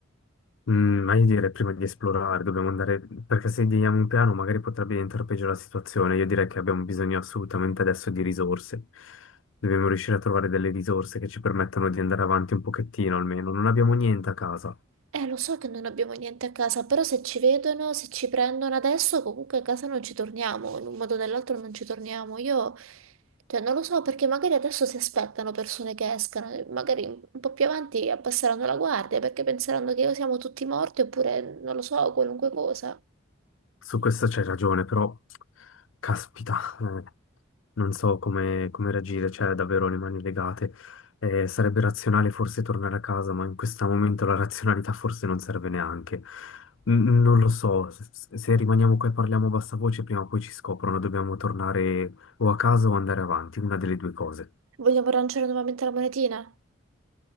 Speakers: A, on the left; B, on the right.
A: Mm, ma io direi prima di esplorare, dobbiamo andare, perché se diamo un piano magari potrebbe diventare peggio la situazione. Io direi che abbiamo bisogno assolutamente adesso di risorse. Dobbiamo riuscire a trovare delle risorse che ci permettano di andare avanti un pochettino almeno. Non abbiamo niente a casa.
B: Eh, lo so che non abbiamo niente a casa, però se ci vedono, se ci prendono adesso, comunque a casa non ci torniamo, in un modo o nell'altro non ci torniamo. Io, cioè, non lo so perché magari adesso si aspettano persone che escano, e magari un un po' più avanti abbasseranno la guardia perché penseranno che siamo tutti morti oppure, non lo so, qualunque cosa.
A: Su questo c'hai ragione, però caspita, eh, non so come, come reagire, cioè davvero le mani legate. Eh, sarebbe razionale forse tornare a casa, ma in questo momento la razionalità forse non serve neanche. N- non lo so, se, se rimaniamo qua e parliamo a bassa voce, prima o poi ci scoprono, dobbiamo tornare o a casa o andare avanti, una delle due cose.
B: Vogliamo lanciare nuovamente la monetina?